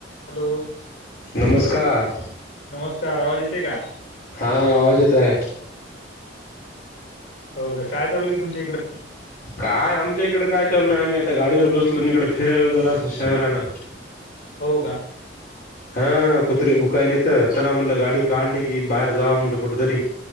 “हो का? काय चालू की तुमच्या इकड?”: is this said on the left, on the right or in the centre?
Left